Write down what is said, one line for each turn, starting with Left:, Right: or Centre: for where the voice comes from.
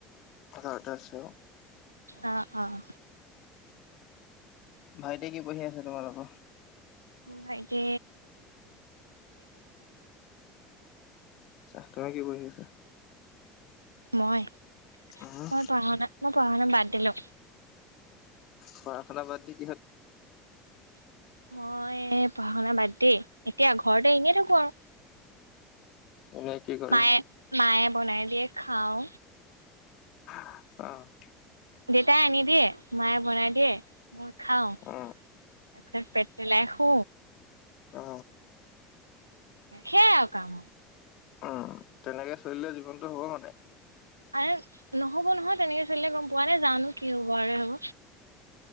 Left: ঘৰতে আছে অ
Right: আহ আহ
Left: ভাইটি কি পঢ়ি আছে তোমালোকৰ
Right: ভাইটি
Left: আচ্ছা তুমি কি পঢ়ি আছা
Right: মই
Left: উম
Right: মই পঢ়া না পঢ়াশুনা বাদ দিলো।
Left: পঢ়া শুনা বাদ দি কিহত
Right: মই পঢ়া শুনা বাদ দি এতিয়া ঘৰতে এনেয়ে থাকো আৰু
Left: এনে কি কৰি
Right: মায়ে মায়ে বনাই দিয়ে খাওঁ
Left: অ
Right: দেউেতাই আনি দিয়ে মায়ে বনাই দিয়ে খাওঁ তাৰপছছত
Left: উম,
Right: পেট পেলাই স
Left: অ
Right: সেয়াই আৰু কামৰ
Left: উম তেনেকে চলিলে জীৱনটো হ'ব মানে
Right: আ নহ'ব নহয় তেনেকে চলিলে গম পোৱা নাই জানো কি হ'ব আৰু হব